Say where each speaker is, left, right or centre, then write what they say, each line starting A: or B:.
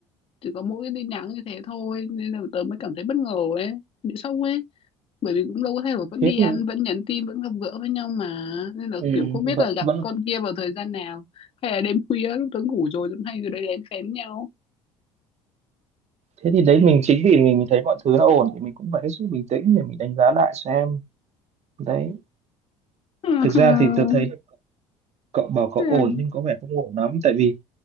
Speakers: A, on the left; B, on the right.
A: chỉ có mỗi cái tin nhắn như thế thôi nên là tớ mới cảm thấy bất ngờ ấy bị sốc ấy bởi vì cũng đâu có thay đổi vẫn
B: thế
A: đi
B: thì
A: ăn vẫn nhắn tin vẫn gặp gỡ với nhau mà nên là
B: ừ,
A: kiểu không biết
B: vẫn
A: là gặp
B: vẫn
A: con kia vào thời gian nào hay là đêm khuya lúc tớ ngủ rồi cũng hay rồi đấy lén phén nhau
B: thế thì đấy mình chính vì mình, mình thấy mọi thứ nó ổn thì mình cũng phải hết sức bình tĩnh để mình đánh giá lại xem đấy
A: <laughs>
B: thực ra thì tôi thấy cậu bảo cậu
A: Chào.
B: ổn nhưng có vẻ không ổn lắm tại vì